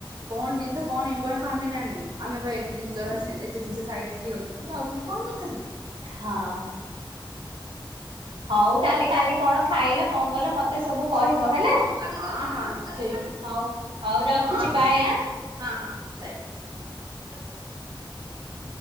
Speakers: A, on the right; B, on the right.
A: କଣ ଜିନିଷ କଣ ଇମ୍ପୋର୍ଟାଣ୍ଟ କଣ ଆମେ ଜାଣିନୁ ଆମେ ବା ଏତେ ଜିନିଷ ହେଲାଣି ଏତେ ଜିନିଷ ସାଇଡ ତିକି ରଖିଛୁ ଆଉ ପୁଣି କଣ ଦରକାରେ।
B: ହଁ। ହଉ ତାହେଲେ କାଲି କଣ ଖାଇଲ କଣ କଲ ମତେ ସବୁ
A: ହଁ
B: କହିବ ହେଲା
A: ହଁ ହଁ
B: ହଉ
A: ହଁ
B: ହଉ ରଖୁଛି ବାଏ
A: ହ
B: ଆଁ।
A: ହଁ ହଁ ବାଏ।